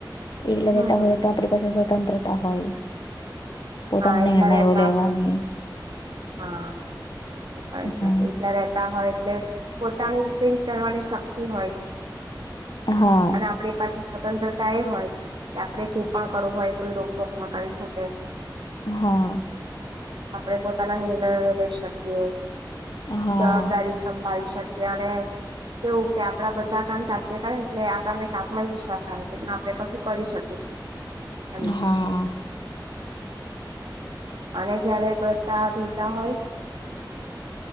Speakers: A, on the left; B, on the right.
A: એકલા
B: હમ
A: રહેતા હોય તો આપણી પાસે સ્વતંત્રતા હોય પોતાના
B: હા
A: નિર્ણયો
B: એટલા રહેતા
A: લેવાની,
B: હોય. હા, એ પણ
A: હમ
B: છે એટલા રતા હોય એટલે પોતાની રીતે વિચારવાની શક્તિ હોય,
A: હા
B: અને આપડ પાસે સ્વતંત્રતા એ હોય કે આપડે જે પણ કરું હોય કોઈ રોકટોક ના કરી શકે
A: હા
B: આપડે પોતે તલા નિર્ણ લ શક્ય
A: હા
B: જવાબદારી સંભાળી શકે, કે કેવું કે આપડા બધા કામ જાતે કરેને એટલે આપણામાં એક આત્મવિશ્વાસ આવે કે આપડણે કશું કરી શકીશું. એમ
A: હા,
B: અને જયારે બધા ત હોય